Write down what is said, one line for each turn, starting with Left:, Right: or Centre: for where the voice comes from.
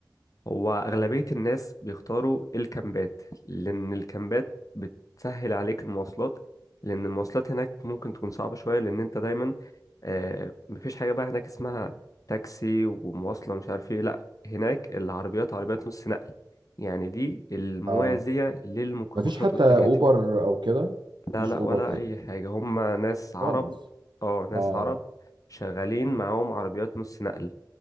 Left: هو أغلبية الناس بيختاروا الكامبات لأن الكامبات بتسهل عليك المواصلات لأن المواصلات هناك ممكن تكون صعبة شوية لأن أنت دايما آه مفيش حاجة بقى هناك اسمها تاكسي ومواصلة مش عارف ايه لأ هناك العربيات عربيات نص نقل يعني دي الموازية
Right: اه
Left: للميكروباصات
Right: مفيش حتى
Left: والتكاتك
Right: أوبر أو كده مفيش
Left: لا لا
Right: أوبر
Left: ولا
Right: كده
Left: اي حاجه هم ناس عرب
Right: خالص
Left: اه ناس
Right: اه
Left: عرب شغالين معاهم عربيات نص نقل